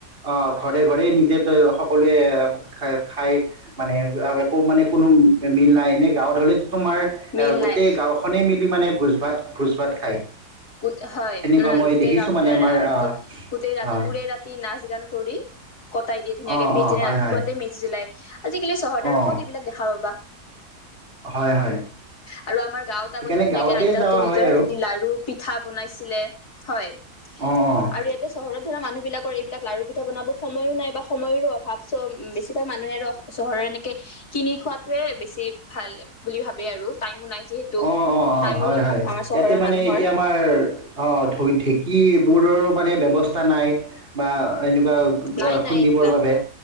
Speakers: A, on the right; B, on the left.
A: অ ঘৰে ঘৰে নিজে সকলোৱে খ খাই মানে একো মানে কোনো মিল নাই এনে গাঁৱত হলেতো তোমাৰ
B: মিল
A: অ গোটেই
B: নাই
A: গাঁওখনে মিলি মানে ভোজ ভাত ভোজ ভাত খায়
B: গোট হয়
A: সেনেকুৱা
B: উম
A: মই
B: গোটেই
A: দেখিছো
B: গাওঁ
A: মানে আমাৰ
B: ৰাতি
A: আহ
B: গোটেই ৰাতি
A: আহ
B: উৰে ৰাতি নাচ গান কৰি কটাই দিয়ে ধুনীয়াকে
A: অঁ
B: পিছদিনা
A: অঁ হয়
B: ৰাতিপুৱাতে
A: হয়
B: মেজি জ্বলাই আজিকালি চহৰৰত আৰু
A: অঁ
B: ক'ত এইবিলাক দেখা পা বা
A: হয় হয়
B: আৰু আমাৰ গাঁৱত
A: সেইকাৰণে
B: আগতে ধুনীয়াকে
A: গাঁৱতে
B: আইতাহতে
A: যোৱা
B: নিজৰ
A: হয় আৰু
B: হাতে দি লাৰু পিঠা বনাইছিলে হয়
A: অঁ অঁ
B: আৰু ইয়াতে চহৰত ধৰা মানুহ বিলাকৰ এইবিলাক লাৰু পিঠা বনাব সময়ো নাই বা সময়ৰো অভাৱ চ বেছিভাগ মানুহে আৰু চহৰৰ এনেকে কিনি খোৱাটোৱে বেছি ভাল বুলি ভাবে আৰু টাইমো নাই। যিহেতু
A: অ অ অ
B: টাইমৰো
A: হয়
B: অভাৱ
A: হয়
B: আমাৰ চহৰৰ
A: ইয়াতে মানে
B: মানুহৰ
A: এতিয়া। হয় অ ঢৌ ঢেঁকী বোৰৰ মানে ব্যৱস্থাৰ। নাই বা। এনেকুৱা গ
B: নাই
A: শুনিবৰ
B: নাই এইবিলাক
A: বাবে।